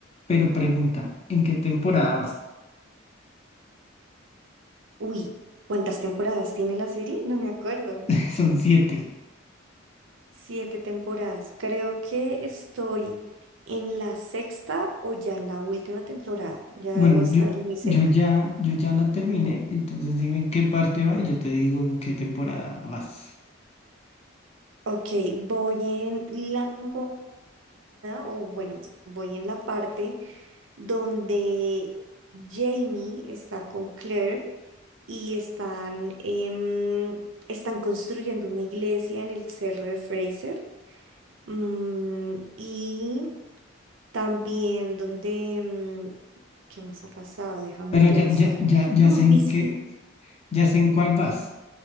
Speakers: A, on the left; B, on the right.
A: Pero pregunta, ¿en qué temporada vas?
B: Uy, ¿cuántas temporadas tiene la serie? No me acuerdo.
A: <laughs> Son siete.
B: Siete temporadas. Creo que estoy en la sexta o ya en la última temporada, ya
A: Bueno,
B: debo estar
A: yo,
B: muy cerca.
A: yo ya, yo ya la terminé, entonces dime en qué parte va y yo te digo en qué temporada vas.
B: Ok, voy en la temporada, o bueno, voy en la parte donde Jamie está con Claire y están, em, están construyendo una iglesia en el cerro de Fraser. Mm, y también donde, mm, ¿qué más ha pasado? Déjame
A: Pero
B: pensar.
A: ya, ya, ya, ya
B: Mm,
A: sé en
B: visi-
A: qué, ya sé en cuál vas.